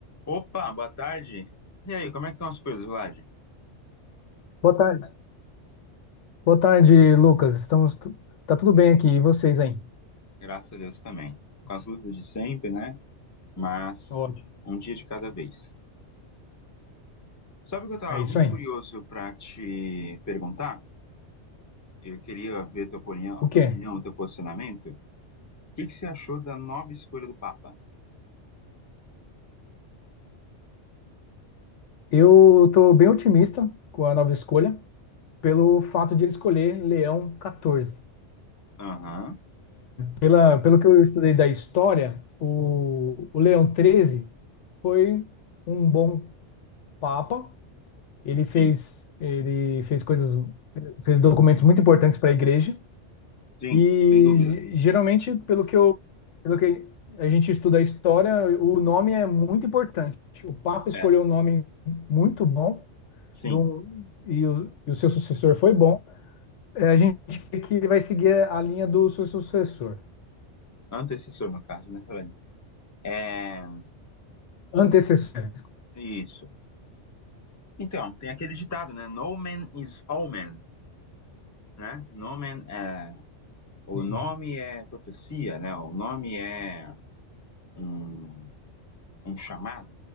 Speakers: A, on the left; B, on the left.
A: Opa, boa tarde. E aí, como é que estão as coisas, Vlad?
B: Boa tarde. Boa tarde, Lucas. Estamos tu- Tá tudo bem aqui, e vocês aí?
A: Graças a Deus também. Com as lutas de sempre, né? Mas
B: Ótimo.
A: um dia de cada vez. Sabe o que eu estava
B: É isso
A: muito
B: aí.
A: curioso para te perguntar? Eu queria ver a tua opinião,
B: O
A: a
B: quê?
A: tua opinião, o teu posicionamento. O que que você achou da nova escolha do Papa?
B: Eu tô bem otimista com a nova escolha, pelo fato de ele escolher Leão 14.
A: Aham,
B: Pela, pelo que eu estudei da história, o, o Leão XIII foi um bom papa. Ele fez,
A: Sim,
B: ele fez coisas, fez documentos muito importantes para a igreja.
A: sim,
B: E
A: sem dúvida.
B: geralmente, pelo que eu Pelo que a gente estuda a história, o nome é muito importante. O Papa escolheu
A: É,
B: um nome muito bom
A: sim.
B: do, e, o, e o seu sucessor foi bom. É, a gente vê que ele vai seguir a linha do seu sucessor,
A: Antecessor, no caso, né, Vlad? É,
B: antecessor.
A: isso. Então, tem aquele ditado, né? No man is all man, né? No man é O
B: Sim.
A: nome é profecia, né? O nome é um, um chamado.